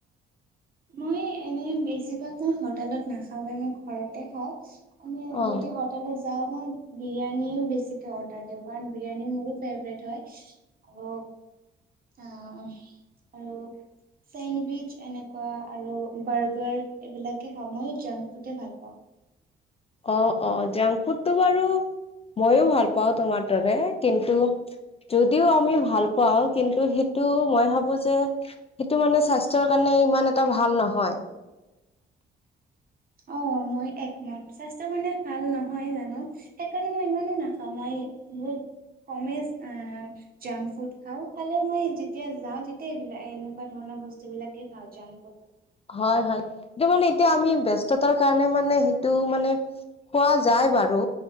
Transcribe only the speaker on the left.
অ
অ অ জাংক ফুডটো বাৰু মইো ভাল পাওঁ তোমাৰ দৰে কিন্তু যদিও আমি ভাল পাও কিন্তু সেইটো মই ভাবো যে সেইটো মানে স্বাস্থ্যৰ কাৰণে ইমান এটা ভাল নহয়
হয় হয় এইটো মানে এতিয়া আমি বস্ততাৰ কাৰণে মানে সেইটো মানে খোৱা যায় বাৰু